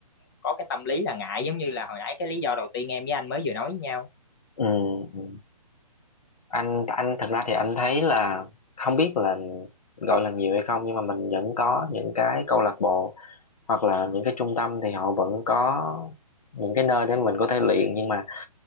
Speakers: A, on the left (about 35°); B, on the left (about 70°).
A: có cái tâm lý là ngại giống như là hồi nãy cái lý do đầu tiên em với anh mới vừa nói với nhau
B: ừ, ừ. anh anh thật ra thì anh thấy là không biết là gọi là nhiều hay không nhưng mà mình vẫn có những cái câu lạc bộ hoặc là những cái trung tâm thì họ vẫn có những cái nơi để mình có thể luyện nhưng mà